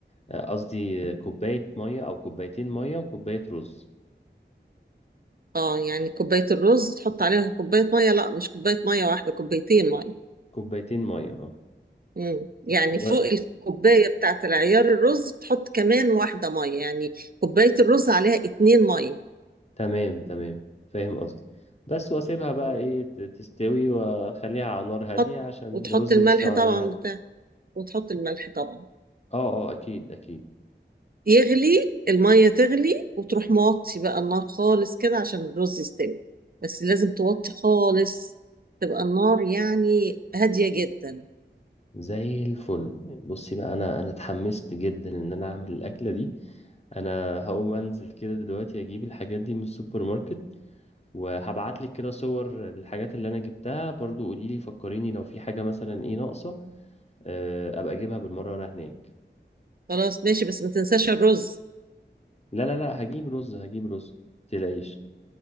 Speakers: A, on the left (about 35°); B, on the right (about 50°).
A: أه، قصدي كوباية مية أو كوبايتين مية وكوباية رز
B: اه يعني كوباية الرز تحط عليها كوباية مية لا مش كوباية مية واحدة كوبايتين مية
A: كوبايتين مية اه
B: مم. يعني
A: و...
B: فوق الكوباية بتاعة العيار الرز تحط كمان واحدة مية يعني كوباية الرز عليها اتنين مية
A: تمام تمام فاهم قصدي بس وأسيبها بقى
B: مم.
A: إيه ت- تستوي وأخليها على نار هادية
B: تحط
A: عشان
B: وتحط
A: الرز
B: الملح
A: بيستوي على
B: طبعا
A: نار هادية
B: بتاع وتحط الملح طبعا
A: اه اه أكيد أكيد
B: يغلي المية تغلي وتروح موطي بقى النار خالص كده عشان الرز يستوي بس لازم توطي خالص تبقى النار يعني هادية جدا
A: زي الفل بصي بقى انا انا اتحمست جدا ان انا اعمل الاكله دي انا هقوم انزل كده دلوقتي اجيب الحاجات دي من السوبر ماركت وهبعت لك كده صور الحاجات اللي انا جبتها برضو قولي لي فكريني لو في حاجه مثلا ايه ناقصه آه، ابقى اجيبها بالمره وانا هناك
B: خلاص ماشي بس ما تنساش الرز
A: لا لا لا هجيب رز هجيب رز متقلقيش